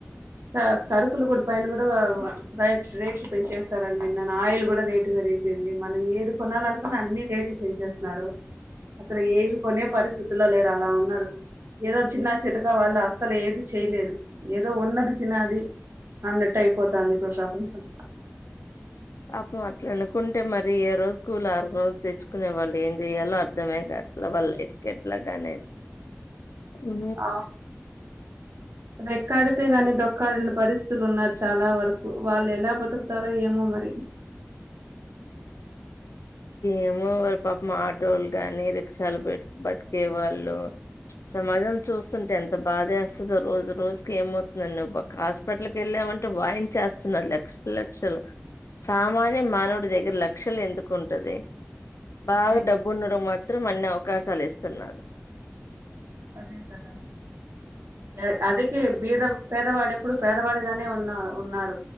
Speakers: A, on the right; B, on the left.
A: స సరుకులు కూడా పైన కూడా రైట్ రేట్స్ పెంచేస్తారని విన్నా, నా ఆయిల్ కూడా రేటు పెరిగిపోయింది. మనం ఏది కొనాలనుకున్నా అన్ని రేట్లు పెంచేస్తున్నారు. అసలు ఏం కొనే పరిస్థితుల్లో లేరు, అలా ఉన్నారు. ఏదో చిన్న చితకా వాళ్ళ అస్సలు ఏది చేయలేరు. ఏదో ఉన్నది తినది, అన్నట్టు అయిపోతాంది, ఇప్పుడు ప్రపంచం.
B: పాపం అట్లనుకుంటే, మరి ఏ రోజు కూల్ ఆ రోజు తెచ్చుకునే వాళ్ళు ఏం చెయాలో అర్థమేగాట్ల వాళ్ళ లైఫ్ కెట్లగనేది. ఊ
A: ఆ రెక్కాడితే గానీ దొక్కాడని పరిస్థితులు ఉన్నారు చాలా వరకు వెళ్ళేలా బతుకుతారో ఏమో మరి.
B: ఏమో వాళ్ళ పాపం ఆటోలు గాని రిక్షాలు పెట్ బతికే వాళ్ళు, సమాజం చూస్తుంటే ఎంత బాధేస్తదో, రోజు రోజుకి ఏమవుతుందనే ఓపక్కా హాస్పిటల్కి వెళ్ళామంటే వాయించేస్తున్నారు లక్షల్ లక్షలు సామాన్య మానవుడి దగ్గర లక్షలు ఎందుక్. కుంటది. బాగ
A: అదే
B: డబ్బుండడం
A: కదా
B: మచ్. త్రం అన్ని అవకాశాలిస్తున్నారు.
A: అదే కదా అదే అదికి బీద పేదవాడు ఎప్పుడు పేదవాడిగానే ఉన్న ఉన్నారు.